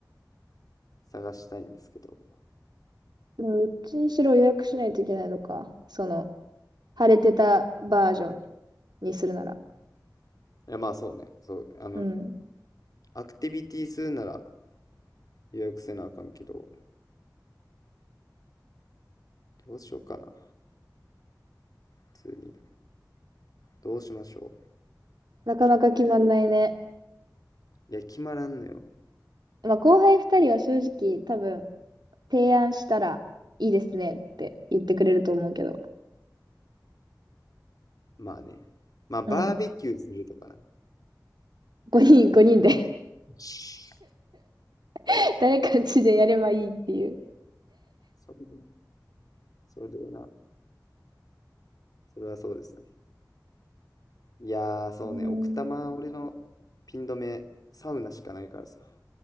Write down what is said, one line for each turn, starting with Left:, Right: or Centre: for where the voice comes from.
Left: 探したいんですけど。
Right: でも、どっちにしろ予約しないといけないのか。その、晴れてたバージョンにするなら。
Left: いやまあそうね。そう。あの、
Right: うん。
Left: アクティビティするなら予約せなあかんけど、どうしようかな。普通に。どうしましょ
Right: なかなか決まんないね。
Left: う。いや、決まらんのよ。
Right: まあ、後輩二人は正直多分、提案したらいいですねって言ってくれると思うけど。
Left: まあね。まあバーベキューするとかな。
Right: うん。5人、5人で
Left: <laughs>
Right: <laughs> 誰かんちでやればいいっていう。
Left: それねそれな。それはそうですね。いやー、そうね。
Right: うん。
Left: 奥多摩、俺のピン止め、サウナしかないからさ。